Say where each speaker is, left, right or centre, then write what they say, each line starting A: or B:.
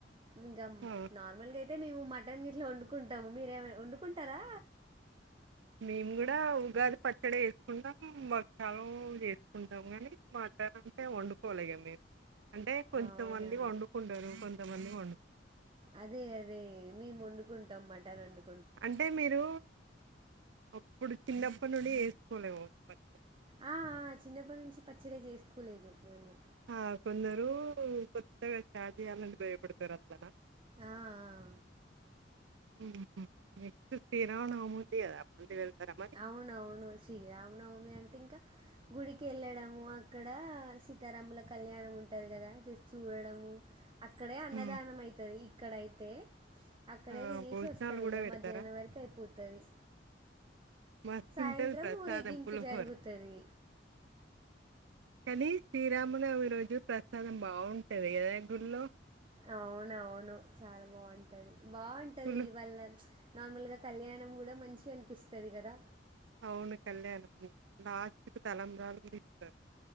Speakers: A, on the right; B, on the right.
A: ఇంక
B: ఆ.
A: నార్మల్ గా అయితే మేము మా దాన్ని ఇట్లా వండుకుంటాం మీరేమ వండుకుంటారా.
B: మేము కూడా ఉగాది పచ్చడి చేసుకుంటాం భక్షాలు చేసుకుంటాం కానీ మటన్ అంటే వండుకోలే ఇగ మేము. అంటే కొంతమంది
A: అవునా
B: వండుకుంటారు కొంత కొంతమంది వండు
A: అదే అదే మేము వండుకుంటాం మటన్ వండుకుంటం
B: అంటే మీరు అప్పుడు చిన్నప్పటినుండి చేసుకోలేదు కావచ్చు బచ్చా
A: ఆ ఆ చిన్నప్పటి నుంచి పచ్చడ చేసుకోలేదు మేము.
B: ఆ కొందరు కొత్తగా స్టార్ట్ చేయాలంటే భయపడతారు అట్లానా
A: ఆ ఆ
B: ఉహు నెక్స్ట్ శ్రీరామనవమి ఉంది కదా మళ్ళీ వెళ్తారా మరి
A: అవునవును శ్రీరామనవమి అంటే ఇంకా గుడికి ఎళ్ళడము అక్కడ సీతారాముల కళ్యాణం ఉంటది కదా జస్ట్ చూడడము అక్కడే అన్నదానం
B: ఉమ్.
A: అయితది ఇక్కడైతే అక్కడే
B: ఆ
A: తినేసి
B: భోజనాలు
A: వస్తాం
B: కూడా
A: ఇగ
B: పెడతారా
A: మధ్యాహ్నం వరకు అయిపోతది
B: మస్తుంటది
A: సాయంత్రం
B: ప్రసాదం
A: ఊరేగింపు
B: పులిహోర
A: జరుగుతది.
B: కానీ శ్రీరామునవమి రోజు ప్రసాదం బాగుంటది గుళ్ళో
A: అవునవును చాల బాగుంటది. బావుంటది
B: పులి
A: వాళ్ళ నార్మల్గా కళ్యాణం కూడా మంచిగా అనిపిస్తది కదా
B: అవును కళ్యాణం నద్ తలంబ్రాలు కూడా ఇత్తరు